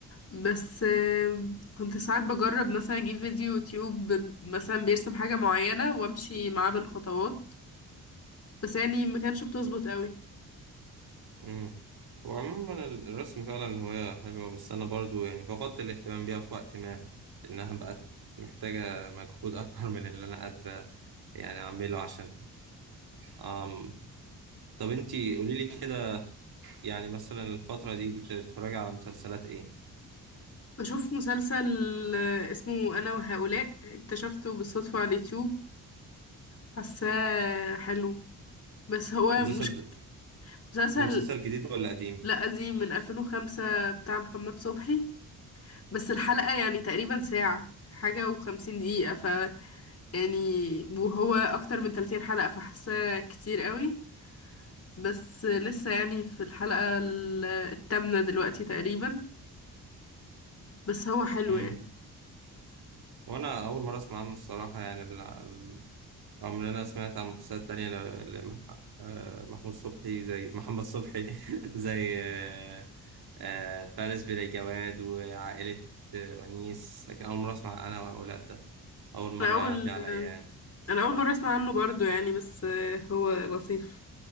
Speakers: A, on the left; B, on the right.
A: بس آه، كنت ساعات بجرب مثلا اجيب فيديو يوتيوب مثلا بيرسم حاجة معينة وامشي معاه بالخطوات بس يعني ما كانش بتظبط قوي
B: مم. هو عموما ال- الرسم فعلا هواية حلوة بس أنا برضو يعني فقدت الاهتمام بيها في وقت ما إنها بقت محتاجة مجهود أكبر من اللي أنا قادرة يعني أعمله عشان أم. طب انتي قوليلي كده يعني مثلا الفترة دي بتتفرج على مسلسلات ايه؟
A: بشوف مسلسل آه، اسمه أنا وهؤلاء اكتشفته بالصدفة على اليوتيوب حاساه حلو بس هو
B: مسلسل
A: مش مسلسل
B: ده مسلسل جديد ولا قديم؟
A: لا قديم من 2005 بتاع محمد صبحي بس الحلقة يعني تقريبا ساعة حاجة وخمسين دقيقة ف يعني وهو أكتر من 30 حلقة فحاساه كتير قوي بس لسه يعني في الحلقة ال- التامنة دلوقتي تقريبا بس هو حلو
B: امم
A: يعني
B: وانا اول مرة اسمع عنه الصراحة يعني ال- ال- رغم ان انا سمعت عن مسلسلات تانية ل- لمح... آه، محمود صبحي زي محمد صبحي <laughs> زي آه، آه، فارس بلا جواد وعائلة آه، ونيس لكن اول مرة اسمع انا واولاد ده اول مرة
A: أنا أول
B: يعدي عليا يعني
A: أنا أول مرة أسمع عنه برضو يعني بس آه، هو لطيف